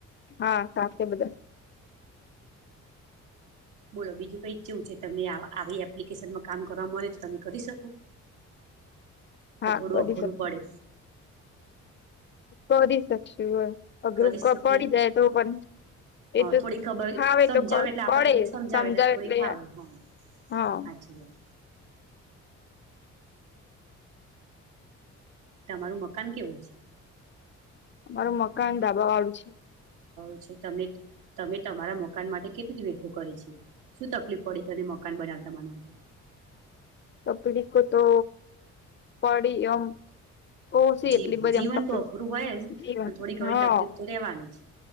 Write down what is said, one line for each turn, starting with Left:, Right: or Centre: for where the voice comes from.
Left: હા <unintelligible> બદલ
Right: બોલો બીજું કઈ ઈછવું છે તમને આવી એપ્લિકેશનમાં કામ કરવા મળે તો તમે કરી શકો?
Left: હા
Right: કે થોડું
Left: કરી
Right: અઘરું
Left: શકું,
Right: પડે
Left: કરીશ. સાક્ષી હોય. અઘરું
Right: કરી
Left: પ
Right: શકીએ
Left: પડી જાય તો પણ
Right: હા
Left: એ તો
Right: થોડી ખબર
Left: ખાવે
Right: સમજાવે
Left: તો
Right: એટલે આપણને
Left: પડ
Right: કોઈક
Left: પડે સમજાવે
Right: થોડી
Left: એટલે,
Right: ફાવે હા
Left: હા.
Right: સાચી વાત તમારું મકાન કેવું છે?
Left: અમારો મકાન દાબા વાળું છે.
Right: પછી તમે તમે તમારા મકાન માટે કેટલુ વઠું કરી છે? શું તકલીફ પડી તને મકાન બનાવતા બનાવતા?
Left: તપલીકો તો પડી આમ. ઓછી
Right: જી
Left: એટલી બધી
Right: જીવન
Left: તકલીફ
Right: તો અઘરું હોય જ
Left: જીવન
Right: પણ થોડી ઘણી
Left: હા
Right: તકલીફ તો રહેેવાની જ.